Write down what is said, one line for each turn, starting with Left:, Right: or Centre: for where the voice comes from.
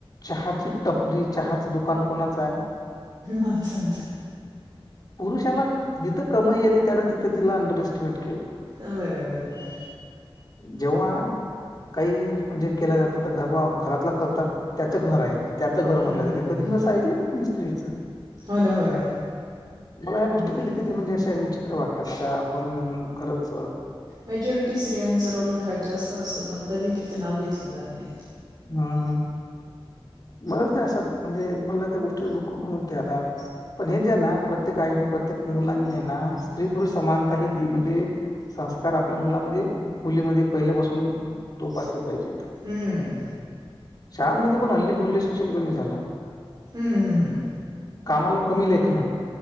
Left: चहाची टपरी चहाचं दुकान कोणाचंय?
Right: माणसाच.
Left: पुरुषाला जिथं कमाई आली त्यान तिथं तिला अंडर एस्टिमेट केलं.
Right: हा बरबर, बरबर.
Left: जेव्हा काही म्हणजे केलं जातं तर घर घरातलं करता त्याचं घर आहेत. त्याचं घर म्हटलं
Right: हं.
Left: जाते कधी मस ऐकलं का तूम्ही स्त्रीचं.
Right: हो ना हो ना
Left: मला ह्या गोष्टी
Right: बरोबर
Left: कधी कधी म्हणजे अश विचित्र वाटतात का आपण खरंच,
Right: मेज्युरिटी स्त्रियांचा रोल घरात जास्त असतो पण कधी तिचं नाव घेतलं जात नाही.
Left: हम्म बरच दा असं म्हणजे. मला त्या गोष्टी दुःख पण होतय, आता पण हे जे ना प्रत्येक आईनी प्रत्येक मुलांनी ना, स्त्री पुरुष समानता म्हणजे संस्कार आपल्या मुलामध्ये मुलीमध्ये पहिल्यापासून जोपसले पाहिजेत.
Right: हम्म.
Left: शाळांमध्ये पण हल्लीमूल्य शिक्षण कमी झाल.
Right: हम्म हम् हम्मम्म.
Left: कामाला कमी लेखना.